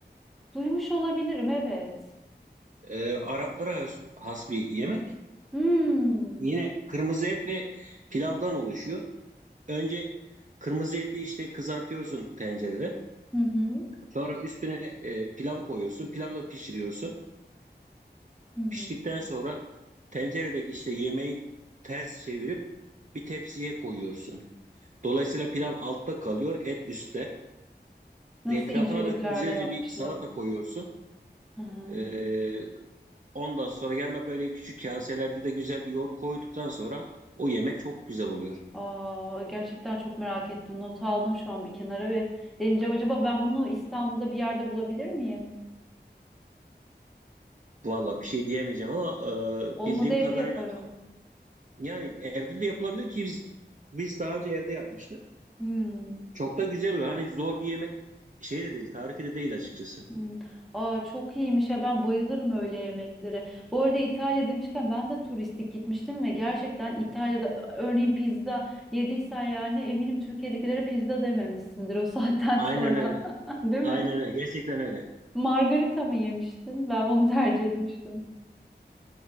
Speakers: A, in the centre; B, on the right.
A: Duymuş olabilirim, evet.
B: E, Araplara has, has bir yemek.
A: Hmm.
B: Yine kırmızı et ve pilavdan oluşuyor. Önce kırmızı eti işte kızartıyorsun tencerede.
A: Hı hı.
B: Sonra üstüne e, pilavı koyuyorsun. Pilavı da pişiriyorsun.
A: Hı hı.
B: Piştikten sonra tenceredeki işte yemeği ters çevirip bir tepsiye koyuyorsun. Dolayısıyla pilav altta kalıyor, et üstte.
A: Nasıl
B: Etrafına
A: inceliklerle
B: da güzelce
A: yapmışlar.
B: bir salata koyuyorsun.
A: Hı hı.
B: E, ondan sonra yanına böyle küçük kaselerde de güzel bir yoğurt koyduktan sonra o yemek çok güzel oluyor.
A: Aa, gerçekten çok merak ettim. Not aldım şu an bir kenara ve deneyeceğim. Acaba ben bunu İstanbul'da bir yerde bulabilir miyim?
B: Valla bir şey diyemeyeceğim ama
A: Olmadı
B: e, bildiğim
A: evde
B: kadarıyla
A: yaparım.
B: yani evde de yapılabilir ki biz biz daha önce evde yapmıştık.
A: Hmm.
B: Çok da güzel oluyor. Hani zor bir yemek şey de değil, tarifi de değil açıkçası.
A: Hmm. Aa çok iyiymiş ya ben bayılırım öyle yemeklere. Bu arada İtalya demişken ben de turistik gitmiştim ve gerçekten İtalya'da örneğin pizza yediysen yani eminim Türkiye'dekilere pizza dememişsindir o saatten
B: Aynen
A: sonra.
B: öyle.
A: <laughs> Değil mi?
B: Aynen öyle. Gerçekten öyle.
A: Margarita mı yemiştin? Ben onu tercih etmiştim.